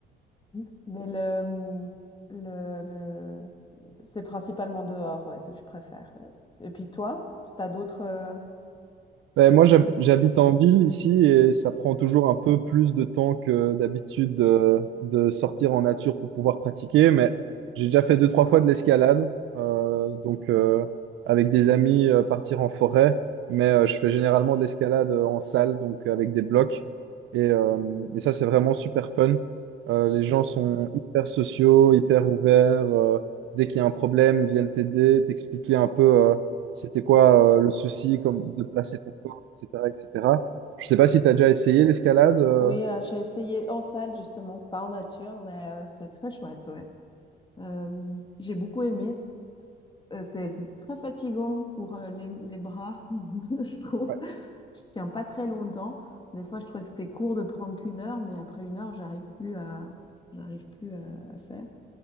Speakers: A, on the left (about 25°); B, on the right (about 80°).
A: fout. Mais le, le, le- c'est principalement dehors ouais, que je préfère. Et puis toi, tu as d'autres. euh,
B: Ben, moi, j'hab-
A: L'autre.
B: j'habite en ville ici et ça prend toujours un peu plus de temps que d'habitude de, de sortir en nature pour pouvoir pratiquer, mais j'ai déjà fait deux, trois fois de l'escalade, euh, donc euh, avec des amis euh, partir en forêt, mais euh, je fais généralement de l'escalade euh, en salle, donc euh, avec des blocs, et, euh, et ça, c'est vraiment super fun. Euh, les gens sont hyper sociaux, hyper ouverts, euh, dès qu'il y a un problème, ils viennent t'aider, t'expliquer un peu. euh, c'était quoi euh, le souci comme de placer ton corps, etc., etc. Je sais pas si tu as déjà essayé l'escalade. euh,
A: Oui, euh, j'ai essayé en salle justement, pas en nature, mais euh, c'est très chouette, ouais. Euh, j'ai beaucoup aimé. Euh, c'est très fatigant pour euh, les, les bras, <laughs> je trouve.
B: Ouais,
A: Je tiens pas très longtemps. Des fois, je trouvais que c'était court de prendre qu'une heure, mais après une heure, j'arrive plus à, j'arrive plus à, à faire.